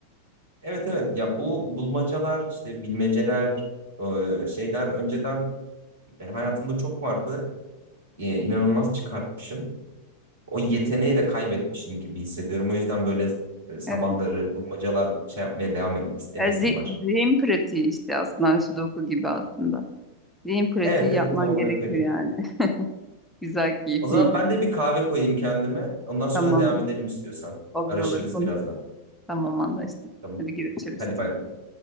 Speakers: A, on the right; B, in the centre.
A: Evet evet ya bu bulmacalar işte bilmeceler e, şeyler önceden Yani hayatımda çok vardı. Ee, inanılmaz çıkartmışım. O yeteneği de kaybetmişim gibi hissediyorum. O yüzden böyle e, sabahları
B: Evet.
A: bulmacalar şey yapmaya devam edes- edesim
B: E, zi-
A: var.
B: zihin pratiği işte aslında sudoku gibi aslında. Zihin pratiği
A: Evet, evet
B: yapman
A: tam olarak
B: gerekiyor
A: öyle.
B: yani. <laughs> Güzel, keyifliydi.
A: O zaman ben de bir kahve koyayım kendime. Ondan sonra
B: Tamamdır.
A: devam edelim istiyorsan.
B: Olur
A: Araşırız
B: olur konuşuruz.
A: birazdan.
B: Tamam anlaştık.
A: Tamam.
B: Hadi görüşürüz.
A: Hadi bay bay.